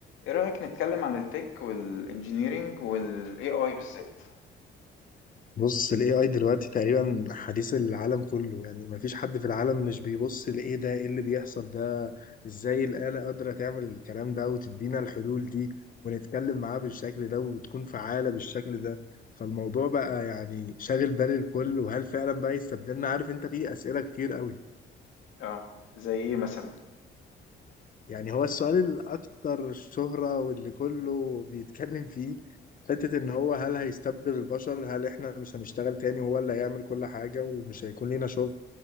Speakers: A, on the left; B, on the left.
A: ايه رأيك نتكلم عن التك والانجينيرينج والاي اي بالذات
B: بص ال AI دلوقتي تقريبا حديث العالم كله يعني مفيش حد في العالم مش بيبص لإيه ده إيه اللي بيحصل ده إزاي الآلة قادرة تعمل الكلام ده وتدينا الحلول دي ونتكلم معاه بالشكل ده وتكون فعالة بالشكل ده فالموضوع بقى يعني شاغل بال الكل وهل فعلا بقى يستبدلنا عارف أنت في أسئلة كتير قوي
A: اه زي ايه مثلا
B: يعني هو السؤال الأكثر شهرة واللي كله بيتكلم فيه حتة إن هو هل هيستبدل البشر؟ هل إحنا مش هنشتغل تاني وهو اللي هيعمل كل حاجة ومش هيكون لينا شغل؟